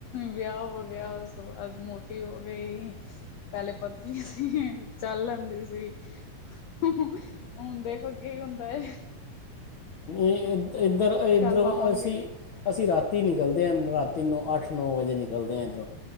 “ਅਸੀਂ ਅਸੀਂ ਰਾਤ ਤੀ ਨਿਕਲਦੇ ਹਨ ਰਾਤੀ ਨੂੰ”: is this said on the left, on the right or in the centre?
Left